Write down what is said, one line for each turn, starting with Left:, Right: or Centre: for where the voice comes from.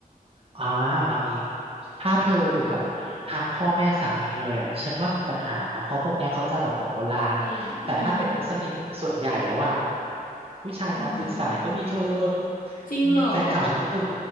Right: อ่าเอางี้ถ้าเธออยู่กับทางพ่อแม่สามีเลยอ่ะฉันว่ามีปัญหาเพราะพวกเนี้ยเขาจะแบบหัวโบราณแต่ถ้าเป็นมุสลิมส่วนใหญ่แล้วอ่ะ
Left: เคร่งอืม
Right: ผู้ชายนอนตื่นสายก็มีเธอ
Left: อือหือจริงเหรอ
Right: อืมแฟนเก่าฉันก็ตื่น